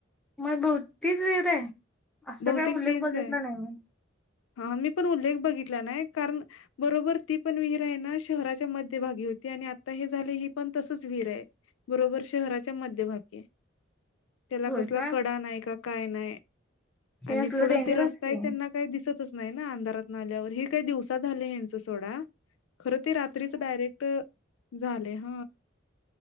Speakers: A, in the centre; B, on the left.
A: मय भो तीच वीरे. असं
B: बहुतेक
A: काही उल्लेख
B: तेच
A: बघितला
B: आहे
A: नाही मी.
B: हा मी पण उल्लेख बघितला नाही. कारण बरोबर ती पण विहीरय ना शहराच्या मध्ये भागी होती. आणि आता हे झाले ही पण तसच विहीरे. बरोबर शहराच्या मध्यभागी ये.
A: <inaudible>
B: त्याला कसला
A: काय
B: कडा नाही का, काय नाही.
A: हे
B: आणि
A: असलं
B: पुढं
A: डेंजरच
B: ते रस्ताय
A: की
B: त्यांना काही दिसतच नाही ना. अंधारात न आल्यावर. हे काय दिवसा झाले. यांच सोडा. खरं ते रात्रीच डायरेक्ट झाले. ह.